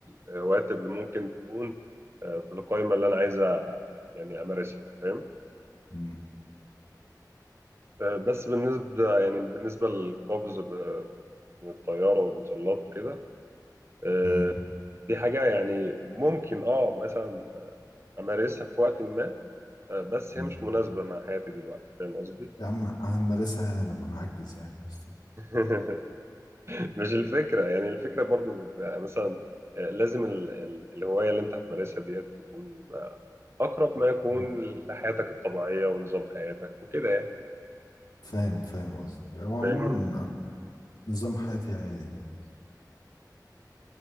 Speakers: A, on the right; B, on the left.
A: الهوايات اللي ممكن تكون آه، في القائمه اللي انا عايزه يعني امارسها فاهم
B: مم.
A: آه، بس بالنسبة يعني بالنسبة للقفز ب- من الطيارة والمظلات وكده آه،
B: مم.
A: دي حاجة يعني ممكن اه مثلا أمارسها في وقت ما آه، بس
B: مم.
A: هي مش مناسبة مع حياتي دلوقتي فاهم قصدي؟
B: يا عم هنمارسها يعني لما نعجز يعني يا اسطى
A: <laughs> مش الفكرة يعني الفكرة برضو بيبقى مثلا آه، لازم ال- ال- الهواية اللي أنت هتمارسها ديت تكون آه، أقرب ما يكون
B: مم.
A: لحياتك الطبيعية ونظام حياتك وكده يعني
B: فاهم فاهم قصدك هو عموما
A: فاهمني؟
B: نظام حياتي عادي يعني